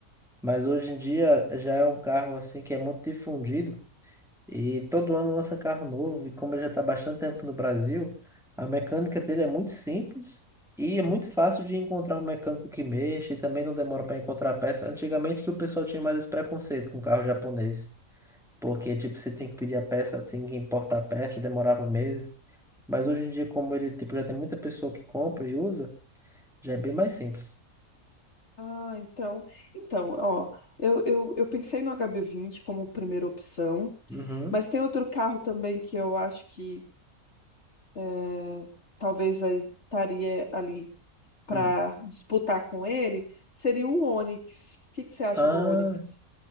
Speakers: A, in the centre; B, on the left.
A: Mas hoje em dia eh, já é um carro assim que é muito difundido e todo ano lança carro novo. E como ele já está bastante tempo no Brasil, a mecânica dele é muito simples e é muito fácil de encontrar um mecânico que mexa e também não demora para encontrar a peça. Antigamente que o pessoal tinha mais esse preconceito com carro japonês. Porque, tipo, você tem que pedir a peça, tem que importar a peça, demorava meses. Mas hoje em dia, como ele, tipo, já tem muita pessoa que compra e usa, já é bem mais simples.
B: Ah, então, então, ó, eu, eu, eu pensei no HB20 como primeira opção,
A: Uhum.
B: mas tem outro carro também que eu acho que eh, talvez a- estaria ali para
A: Hum.
B: disputar com ele seria o Onix. O que que você acha
A: Ah,
B: do Onix?